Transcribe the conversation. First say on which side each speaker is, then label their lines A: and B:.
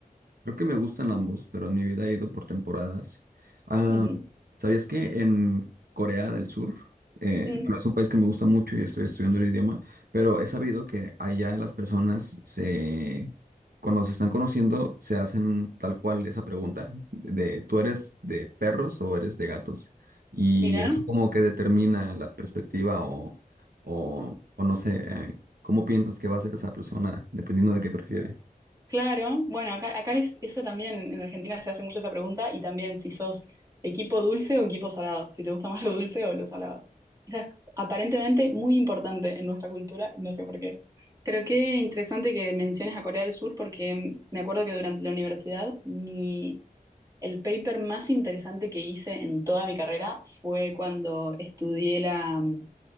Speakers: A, on the right (about 80°); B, on the right (about 25°).
A: Creo que me gustan ambos, pero en mi vida he ido por temporadas. Ah,
B: Ujú.
A: ¿sabías que en Corea del Sur, eh,
B: Mm.
A: bueno, es un país que me gusta mucho y estoy estudiando el idioma, pero he sabido que allá las personas se, cuando se están conociendo, se hacen tal cual esa pregunta de, ¿tú eres de perros o eres de gatos? Y
B: Mirá.
A: eso como que determina la perspectiva o, o, o no sé, eh, cómo piensas que va a ser esa persona, dependiendo de qué prefiere.
B: Claro, bueno, acá, acá es eso también, en Argentina se hace mucho esa pregunta y también si sos equipo dulce o equipo salado, si te gusta más lo dulce o lo salado. Esa es aparentemente muy importante en nuestra cultura, no sé por qué. Pero qué interesante que menciones a Corea del Sur porque mm, me acuerdo que durante la universidad mi, el paper más interesante que hice en toda mi carrera fue cuando estudié la, mm,